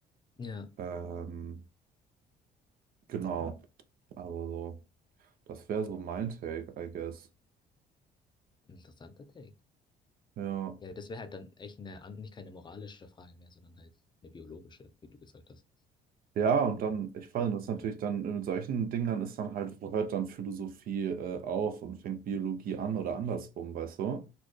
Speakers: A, on the left; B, on the right.
A: ja,
B: Ähm, genau. Aber so, das wäre so mein Take, I guess.
A: interessanter Take.
B: Ja.
A: Ja, das wäre halt dann echt eine, an- nicht keine moralische Frage mehr, sondern halt eine biologische, wie du gesagt hast.
B: Ja, und dann, ich fand das
A: Ja,
B: natürlich dann mit solchen Dingern ist dann halt, wo hört dann Philosophie äh, auf und fängt Biologie an oder andersrum, weißt du?